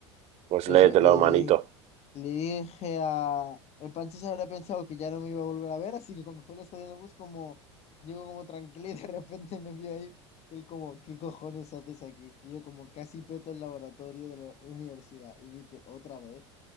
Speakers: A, on the right (about 45°); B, on the left (about 45°).
A: Pues
B: Eso,
A: léetelo,
B: le
A: manito.
B: di Le dije a... El Pancho se habría pensado que ya no me iba a volver a ver, así que cuando fue al estadio de bus, como... Llego como tranquilo y de <laughs> repente me vio ahí. Él como, ¿qué cojones haces aquí? Y yo como casi peto el laboratorio de la universidad. Y me dice, ¿otra vez?